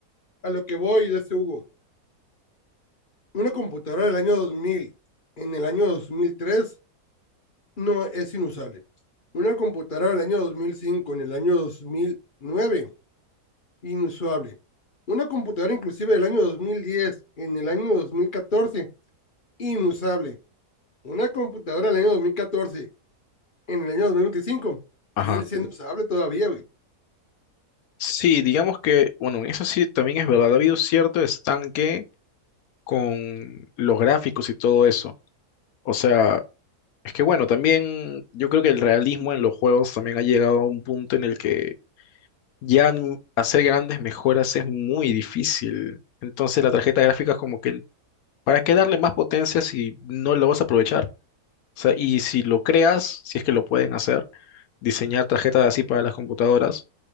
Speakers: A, on the left; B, on the left.
A: A lo que voy, de ese Hugo, una computadora del año 2000, en el año 2003 no es inusable. Una computadora del año 2005, en el año 2009. inusable. Una computadora inclusive del año 2010 en el año 2014 inusable. Una computadora del año 2014 en el año 2025 sigue
B: Ajá.
A: siendo usable todavía, güey.
B: Sí, digamos que, bueno, eso sí también es verdad, ha habido cierto estanque con los gráficos y todo eso. O sea, Es que bueno, también yo creo que el realismo en los juegos también ha llegado a un punto en el que ya n- hacer grandes mejoras es muy difícil. Entonces la tarjeta gráfica es como que, ¿para qué darle más potencia si no lo vas a aprovechar? O sea, y si lo creas, si es que lo pueden hacer, diseñar tarjetas así para las computadoras,